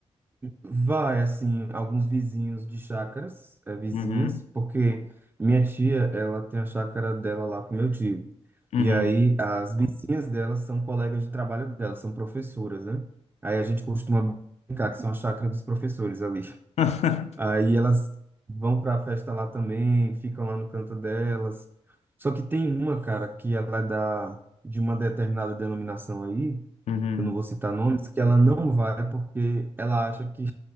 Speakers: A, on the right (about 15°); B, on the left (about 70°).
A: vai, assim, alguns vizinhos de chácaras, é, vizinhas,
B: Uhum.
A: porque minha tia, ela tem a chácara dela lá com meu tio.
B: Uhum.
A: E aí, as vizinhas dela são colegas de trabalho dela, são professoras, né? Aí a gente costuma brincar que são a chácara dos professores ali.
B: <laughs>
A: Aí elas vão pra festa lá também, ficam lá no canto delas. Só que tem uma, cara, que ela é da, de uma determinada denominação aí,
B: Uhum.
A: eu não vou citar nomes, que ela não vai porque ela acha que